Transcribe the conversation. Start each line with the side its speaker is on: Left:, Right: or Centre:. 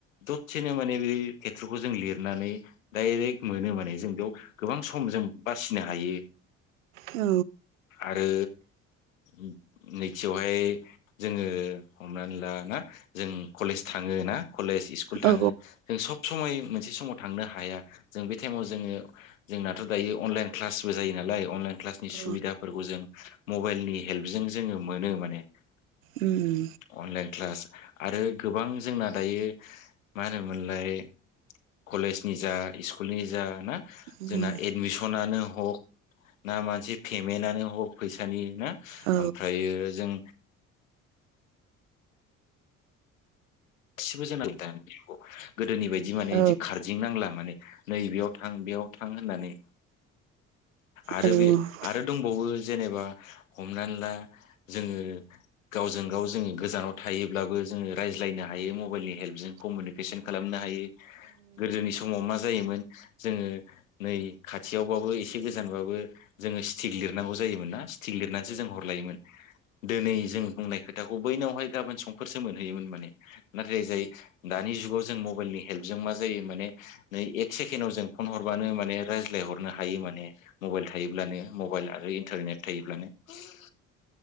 Left: दथसेनो माने बे खेथ्र'खौ जों लिरनानै डाइरेक्ट मोन नो माने जों बेयाव गोबां सम जों बासिनो हायो।
Right: औ।
Left: आरो उम नैथिआवहाय जोङो हमनानै ला ना जों कलेज थाङो ना कलेज इस्कुल थाङो
Right: औ
Left: जों सब समाय मोनसे समाव थांनो हा हाया जों बे टाइमाव जोङो जोंनाथ' दायो अनलाइन क्लासबो जायो नालाय अनलाइन क्लासनि
Right: औ
Left: सुबिदाफोरखौ जों मबाइलनि हेल्पजों जोङो मोनो माने ।
Right: उम
Left: अनलाइन क्लास आरो गोबां जोंना दायो मा होनोमोनलाय कलेजनि जा इस्कुल नि जा ना जोंना
Right: उम
Left: एदमिसनानो हक ना मोनसे पेमेन्टानो हक फैसानि ना
Right: औ
Left: आमफ्रायो जों गासिबो <inaudible> गोदोनि बायदि माने
Right: औ
Left: इदि खारदिं नांला माने । नै बेेयाव थां बेयाव थां होननानै आरो
Right: औ जोंखौ
Left: बे आरो दंबावो जेनेबा हमनानै ला जोङो गावजों गाव जों गोजानाव थायोब्लाबो जोङो रायज्लायना हायो मबाइलनि हेल्पजों कमिउनिकेसन खालामनो हायो गोदोनि समाव मा जायोमोन जोङो नै खाथियावबाबो एसे गोजानबाबो जोङो स्टिक लिरनांगौ जायोमोन ना थिग लिरनानैसो जों हरलायोमोन दोनै जों बुंनाय खो थाखौ बैनावहाय गाबोन संफोरसो मोनहयोमोन माने नाथाय जाय दानि जुगाव जों मबाइलनि हेल्पजों मा जायो माने नै एक सेकेणडाव जों फन हरबानो माने रायज्लाय हरनो हायो माने । मबाइल थायोब्लानो मबाइल आरो इन्टारनेट थायोब्लानो ।